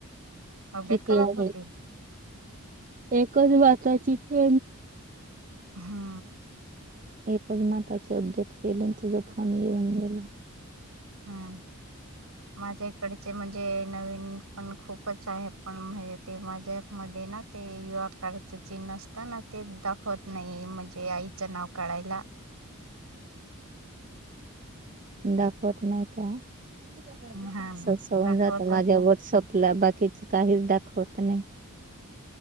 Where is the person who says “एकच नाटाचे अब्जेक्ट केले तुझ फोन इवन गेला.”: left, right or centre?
Right